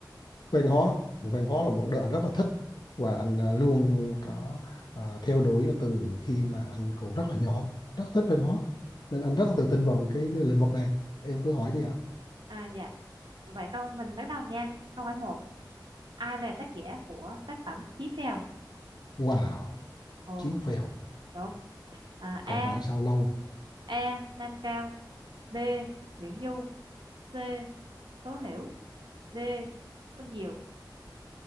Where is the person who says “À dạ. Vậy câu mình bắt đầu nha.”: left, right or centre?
Right